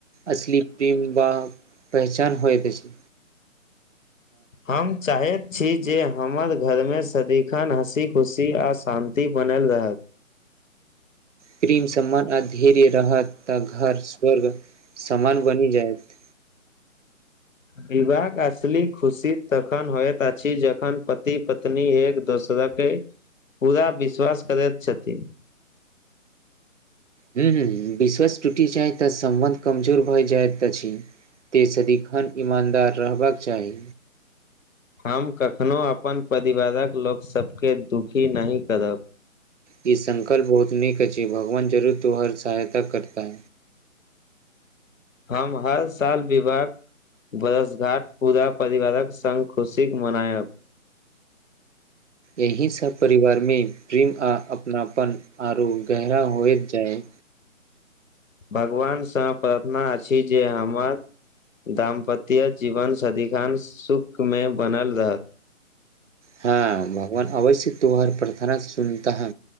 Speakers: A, on the right; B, on the left.
A: असली पिओवा पहचान होइ त अछि
B: हम चाहैत छी जे हमर घरमे सदिखन हँसी खुशी आ शान्ति बनल रहत
A: प्रेम सम्मान आ धैर्य रहत तऽ घर स्वर्ग समान बनि जायत
B: विवाहक असली खुशी तखन होइत अछि जखन पति पत्नी एक दोसरक कै पूरा विश्वास करैत छथिन
A: हुँ हुँ विश्वास टूटि जाय तऽ सम्बन्ध कमजोर भए जायत अछि ते सदिखन ईमानदार रहबाक चाही
B: हम कखनो अपन परिवारक लोकसबके दुखी नहि करब
A: ई संकल्प बहुत नीक अछि भगवान जरूर तो हर सहायता करता
B: हम हर साल विवाह बरस घाट पूरा परिवारक संग खुशीक मनायब
A: एही सब परिवार मे प्रेम आ अपनापन आरो गहरा होइत जाय
B: भगवानसँ प्रार्थना अछि जे हमर दाम्पत्य जीवन सदिखन शुकमे बनल रहत
A: हँ भगवान अवश्य तोहर प्रार्थना सुनतह